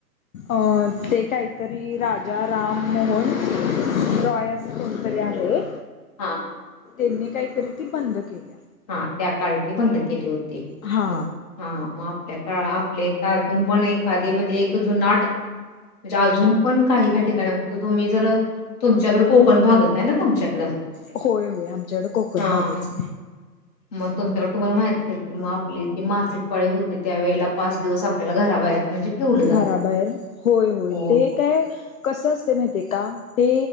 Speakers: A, on the left; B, on the left.
A: अ ते काहीतरी राजा राम मोहन रॉय असं कोणतरी आहे.
B: हा
A: त्यांनी काहीतरी ते बंद केली.
B: हा त्या काळची बंद केली होती.
A: हा
B: मग हा मग आपल्या काळ आपले तर अजून पण एखादी म्हणजे एक जुनाट म्हणजे अजून पण काही काही ठिकाण तुम्ही जर तुमच्याकड कोकण भागत आहे ना तुमच्याकड
A: होय होय आमच्याकडे कोकण
B: हा.
A: भागच
B: मग तुमच्याकडे तुम्हाला माहिती किंवा आपली जी मासिक पाळी होते त्या वेळेला पाच दिवस आपल्याला घराबाहेर म्हणजे ठेवलं जातं.
A: घराबाहेर होय होय
B: हो.
A: ते काय कस असते माहितय का? ते